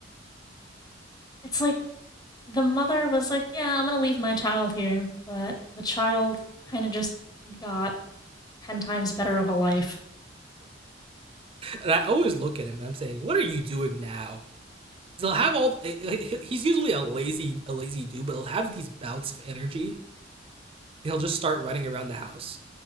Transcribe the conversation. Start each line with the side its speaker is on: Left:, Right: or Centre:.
Left: It's like the mother was like, "Yeah, I'm gonna leave my child here," but the child kind of just got ten times better of a life
Right: And I always look at him and I'm saying, "What are you doing now?" he'll have all he's usually a lazy a lazy dude but he'll have these bouts of energy he'll just start running around the house